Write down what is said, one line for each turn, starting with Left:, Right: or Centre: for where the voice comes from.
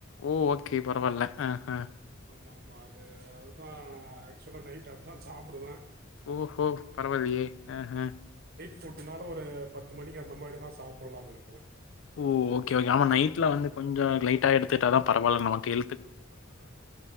Left: ஓ ஓகே பரவால்ல ஆ அ
Right: ஆமா மா அது அதா ஆக்சுவலா நைட் அதா சாப்டுவே
Left: ஓஹோ பரவாலயே அஹ
Right: ஃபுடுனால ஒரு பத்து மணிக்கு அந்த மாரிதா சாப்டலாம்னு இருக்குறே
Left: ஓ ஓகே ஓகே ஆமா நைட்ல வந்து கொஞ்சோ லைட்டா எடுத்துட்டா தா பரவாயில்ல நமக்கு ஹெ
Right: ஆமா